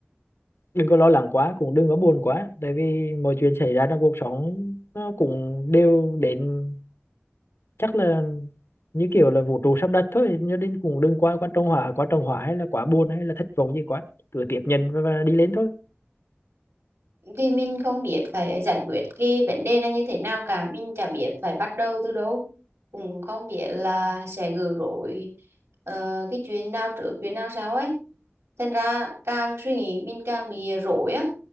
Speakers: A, on the left (about 70°); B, on the right (about 85°).
A: đừng có lo lắng quá cũng đừng có buồn quá tại vì mọi chuyện xảy ra trong cuộc sống nó cũng đều đến chắc là như kiểu là vũ trụ sắp đặt thôi cho nên cũng đừng quá quá trông hỏa quá trông hỏa hay là quá buồn hay là thất vọng gì quá cứ tiếp nhận và, và đi lên thôi
B: vì mình không biết phải giải quyết cái vấn đề này như thế nào cả mình chả biết phải bắt đầu từ đâu cũng không biết là sẽ gỡ rối ờ, cái chuyện nào trước chuyện nào sau ấy thành ra càng suy nghĩ mình càng bị rối á